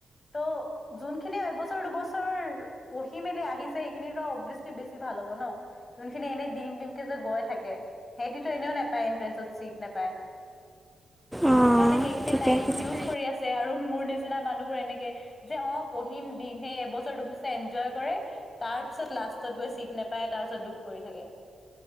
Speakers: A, on the left; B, in the centre.
A: ত' যোনখিনি এবছৰ দুবছৰ- পঢ়ি মেলি আহিছে সেইখিনিতো অবিয়েচলি বেছি ভাল হব ন। যোনখিনি এনেই দিম দিম কে যে গৈ থাকে সেইটোতো এনেওে। তাই ইন্তেৰেঞ্চত চিত নাপাই,
B: অঁ
A: সেইকাৰণে সেইখিনি
B: ঠিকে
A: টাইম
B: কৈছা
A: ইউচ কৰি আছে আৰু মোৰ নিচিনা মানুহবোৰ এনেকে যে অ পঢ়িম, দিম। সেই এবছৰ, দুবছৰ এনজয় কৰে। তাৰ পিছত লাষ্টত গৈ চিট নেপায় তাৰপিছত দুখ কৰি থাকে।